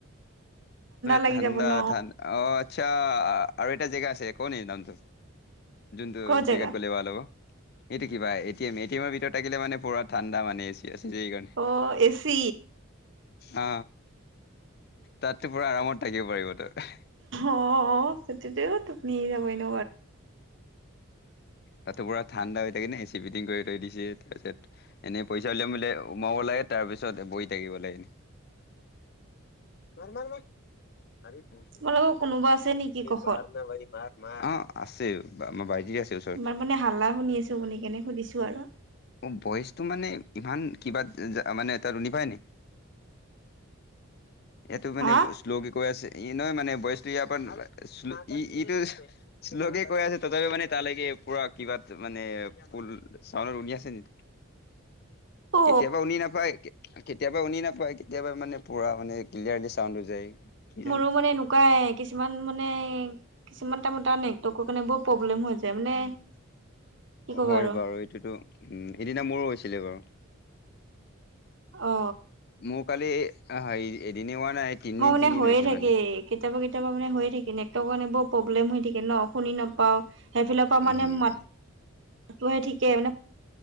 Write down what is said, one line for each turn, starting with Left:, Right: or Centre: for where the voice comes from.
Right: লাগি
Left: ঠাণ্ডা
Right: যাব ন
Left: ঠান অ আৰ্টচা আৰু এটা জেগা আছে। কও নি নামটো জুনটো
Right: ক'ত জেগা
Left: জেগাত গলে ভাল হব। এইটো কিবা এট এম এ টি এমৰ ভিতৰত থাকিলে মানে পুৰা ঠাণ্ডা মানে। এচি আছে যে সেইকাৰণে
Right: অ এচি
Left: অ তাতো পুৰা আৰামত থাকিব পাৰিব তই।
Right: অ সেইটোটোও টোপনি আহ যাবই ন
Left: তাতো পুৰা ঠাণ্ডা হৈ থাকে নে চি পিটিং কৰি থৈ দিছে তাৰ পিছত এনেই পইচা উলিয়াম সোমাব লাগে তাৰ পিছত বহি থাকিব লাগে।
Right: <unintelligible>
Left: মাৰ মাৰ আমি বছোমি
Right: তোমালোকৰ কোনোবা আছে নেকি কাষত
Left: মাৰ ন ভাই মাৰ মাৰ আছে বা মই বাইকে আছে। ওচৰত
Right: ইমান মানে হাল্লা শুনি আছোঁ শুনি কেনে সুধিছোঁ আৰু।
Left: অ ভইচটো মানে ইমান কিবা মানে এটা শুনি পায় নে।
Right: <inaudible>
Left: ইয়াতো
Right: হা
Left: মানে শ্লকে কৈ আছে। ই নহয় মানে বইচটো ইয়াৰ পৰা শ্ল' ই ইটো শ্লকে কৈ আছে তথাপি মানে তালৈকে। <unintelligible> পুৰা কিবাত মানে ফুল চাউনত শুনি আছে নি।
Right: অ
Left: কেতিয়াবা শুনি নাপায় কেতিয়াবা শুনি নাপায় কেতিয়াবা মানে পুৰা মানে। ক্লিয়াৰলি চাউণ্ড টো যায়। কি জানো
Right: মোৰো মানে এনেকুৱাই কিছুমান মানে। কিছুমান টাইমত নেটৱৰ্কৰ কাৰণে বৰ প্ৰব্লেম হৈ যায় মানে। কি ক'বা
Left: হয়
Right: আৰু
Left: বাৰু এইটোতো উম এদিনা মোৰো হৈছিলে বাৰু।
Right: অ
Left: মোৰ কালি হেৰি এদিন এদিন হোৱা নাই তিনি
Right: মই
Left: দিন
Right: মানে
Left: তিনি
Right: হৈয়ে
Left: দিন হৈছে
Right: থাকে
Left: মানে।
Right: কেতিয়াবা কেতিয়াবা মানে হৈয়ে থাকে। নেটৱৰ্ক কাৰণে বৰ প্ৰব্লেম হৈ থাকে ন শুনি নাপাওঁ। সেইফালৰ পৰা
Left: উম
Right: মানে মাত মাতটোহে ঠিকেই মানে।